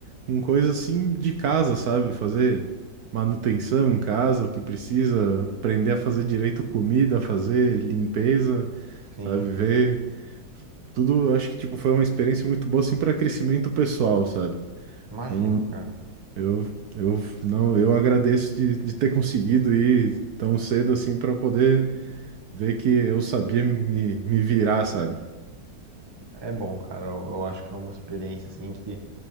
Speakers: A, on the right (about 65°); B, on the right (about 20°).
A: com coisa assim de casa, sabe? Fazer manutenção em casa, o que precisa, aprender a fazer direito comida, fazer limpeza,
B: Sim,
A: sabe? Ver tudo, eu acho que, tipo, foi uma experiência muito boa, assim, para crescimento pessoal, sabe?
B: imagino,
A: Então,
B: cara.
A: eu, eu, não, eu agradeço de, de ter conseguido ir tão cedo, assim, para poder ver que eu sabia me, me virar, sabe?
B: É bom, cara. Eu, eu acho que é uma experiência, assim, que